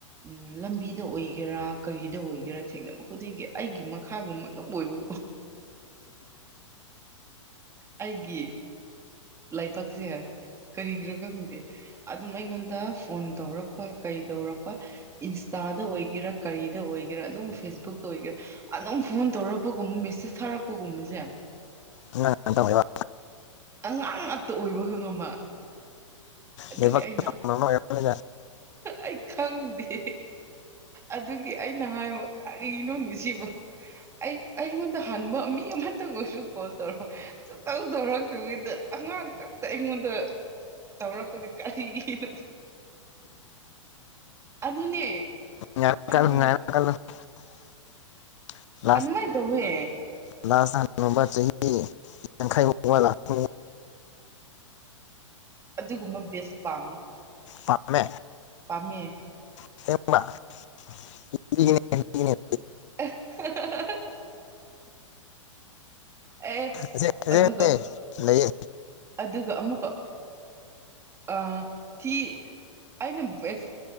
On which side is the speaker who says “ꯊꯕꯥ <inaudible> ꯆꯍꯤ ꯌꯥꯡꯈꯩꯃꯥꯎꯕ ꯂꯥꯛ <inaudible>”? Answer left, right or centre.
Left